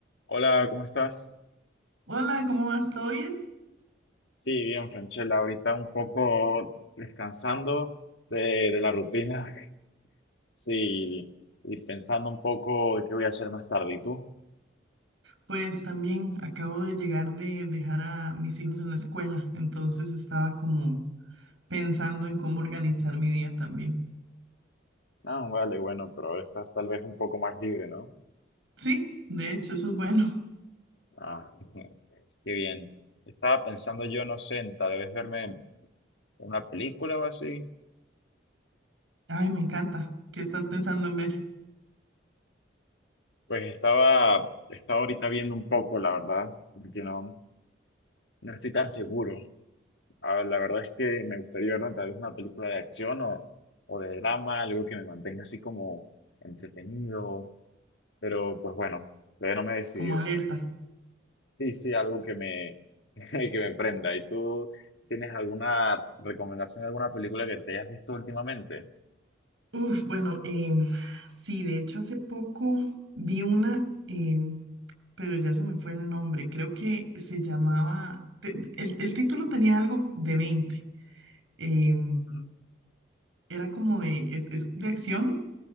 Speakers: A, on the left; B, on the right.
A: Hola, ¿cómo estás?
B: Hola, ¿cómo vas? ¿Todo bien?
A: Sí, bien, Franchella, ahorita un poco descansando de, de la rutina, sí, y pensando un poco de qué voy a hacer más tarde. ¿Y tú?
B: Pues también acabo de llegar de dejar a mis hijos en la escuela, entonces estaba como pensando en cómo organizar mi día también.
A: Ah, vale, bueno, pero ahora estás tal vez un poco más libre, ¿no?
B: Sí, de hecho, eso es bueno.
A: Ah, <laughs> qué bien. Estaba pensando yo, no sé, en tal vez verme una película o así.
B: <laughs> Ay, me encanta. ¿Qué estás pensando en ver?
A: Pues estaba, estaba ahorita viendo un poco, la verdad, porque no, no estoy tan seguro. A ver, la verdad es que me gustaría ver ¿no? tal vez una película de acción o, o de drama, algo que me mantenga así como entretenido, pero pues bueno, todavía no me he decidido.
B: Como alerta.
A: Sí, sí, algo que me, <laughs> que me prenda. ¿Y tú tienes alguna recomendación de alguna película que te hayas visto últimamente?
B: Uf, bueno, em, sí, de hecho hace poco vi una, em, pero ya se me fue el nombre. Creo que se llamaba, te- el, el título tenía algo de 20. em,
A: Mm,
B: era como de, es, es de acción